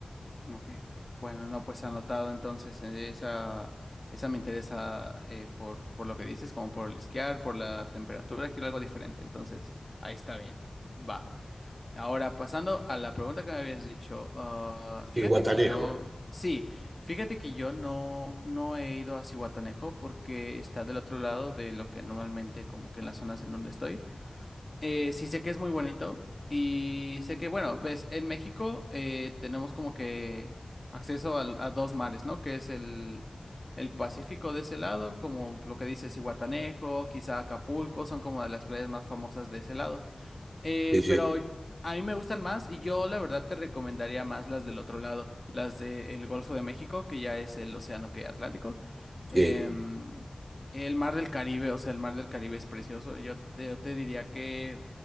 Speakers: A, on the left (about 30°); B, on the right (about 55°).
A: Ok. Bueno, no, pues anotado entonces eh, esa, esa me interesa eh, por, por lo que dices, como por el esquiar, por la temperatura, quiero algo diferente. Entonces, ahí está bien. Va. Ahora, pasando a la pregunta que me habías dicho, ah, fíjate
B: Y Guatanejo,
A: que yo, sí, fíjate que yo no, no he ido a Cihuatanejo porque está del otro lado de lo que normalmente como que en las zonas en donde estoy. Eh, sí sé que es muy bonito y sé que, bueno, ves, en México eh, tenemos como que acceso al- a, dos mares, ¿no? Que es el, el Pacífico de ese lado, como lo que dices, Zihuatanejo, quizá Acapulco, son como de las playas más famosas de ese lado. Eh,
B: sí, sí,
A: pero a mí me gustan más y yo la verdad te recomendaría más las del otro lado, las del Golfo de México, que ya es el océano que Atlántico.
B: sí,
A: Em, el Mar del Caribe, o sea, el Mar del Caribe es precioso. Yo te, yo te diría que